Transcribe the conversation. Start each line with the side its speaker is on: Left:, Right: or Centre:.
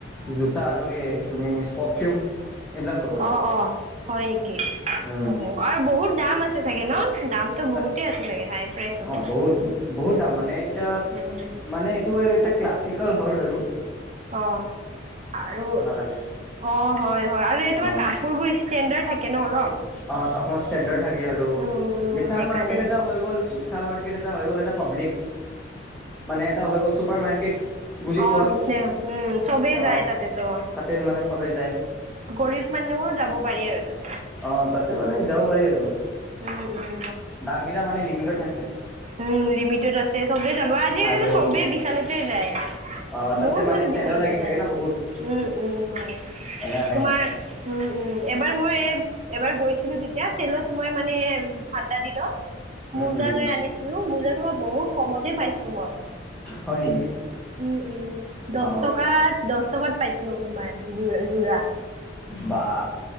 Centre: জোতা আৰু এই তুমি পাৰফিউম এইবিলাক ল'ব পাৰা
Right: অ অ হয় নেকি
Centre: উম
Right: অ আৰু বহুত দাম আছে চাগে ন দামটো
Centre: তাত
Right: বহুতেই আছে চাগে হাই প্ৰাইচ হ'ব
Centre: অ বহুত বহুত দাম মানে এতিয়া
Right: উম
Centre: মানে এইটো এটা ক্লাছ চিকল হল হনো <unintelligible>
Right: অ আৰু
Centre: কাৰণে
Right: অ হয় হয় আৰু এই
Centre: অ
Right: তোমাৰ কাপোৰবোৰ ষ্টেণ্ডাৰ্ড থাকে ন অলপ
Centre: তাত অকণমান ষ্টেণ্ডাৰ্ড থাকে আৰু
Right: উম
Centre: বিশাল
Right: সেইকাৰণে
Centre: মাৰ্কেট এটা হৈ গ'ল বিশাল মাৰ্কেট এটা হৈ গ'ল এটা পাব্লিক মানে এটা হৈ গ'ল চুপাৰ মাৰ্কেট বুলি
Right: আহ
Centre: কোৱা
Right: নিচ্চহ উম চবেই
Centre: অ
Right: যায় তাতেতো
Centre: তাতে মানে
Right: <unintelligible>
Centre: চবে যায়
Right: গৰীব মানুহও যাব পাৰি আৰু তাত
Centre: অঁ তাতে মানে যাব পাৰি আৰু
Right: উম উম
Centre: দামকেইটা মানে লিমিটত থাকে
Right: উ লিমিটেড আছে সবেই যাব আজিকালি
Centre: আৰু
Right: সবেই বিশালতে যায়
Centre: অ তাতে
Right: বহুত
Centre: মানে
Right: মানুহ
Centre: চেলো
Right: বিচালতে
Centre: লাগি
Right: যায়
Centre: থাকে ন বহুত
Right: উম উম হয়
Centre: সেইকাৰণে
Right: তোমাৰ উম উম এবাৰ মই এবাৰ গৈছিলো তেতিয়া চেলত মই মানে ঠাণ্ডা দিনত <unintelligible>
Centre: উম
Right: মোজা
Centre: উম
Right: লৈ আনিছিলো মোজা তোমাৰ বহুত কমতে পাইছো মই।
Centre: হয় নেকি
Right: উম উম দহ
Centre: অ
Right: টকা দহ টকাত পাইছো ন তোমাৰ যৰা যোৰা
Centre: বা